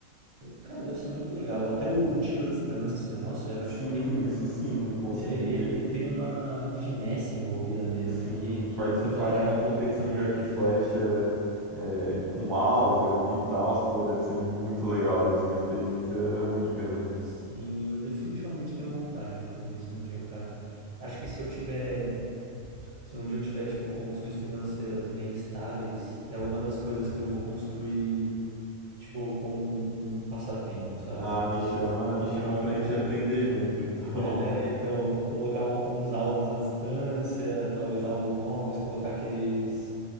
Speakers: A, on the right; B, on the right.
A: Cara, deve ser muito legal. Até o, o tiro à distância, nossa, eu
B: Sim,
A: acho que tem um.
B: isso sim, conseguir
A: Ele, ele- ele tem uma finesse envolvida nele,
B: sim
A: né? Que, que
B: participar
A: é muito atraente,
B: de uma competição
A: cara.
B: de arco e flecha é, com alvo ali e tal, pô, deve ser muito legal, deve ser uma experiência única, né?
A: Sim, eu definitivamente tenho vontade de fazer isso um dia, cara. Acho que se eu tiver. Se um dia eu tiver, tipo, condições financeiras bem estáveis, é uma das coisas que eu vou construir, tipo, como um, um passatempo, sabe?
B: Ah,
A: Vou
B: me chama, me
A: construir
B: chama pra
A: um,
B: gente aprender
A: um,
B: junto, então.
A: É, Então, colocar um- uns alvos à distância, talvez alvos móveis, colocar aqueles,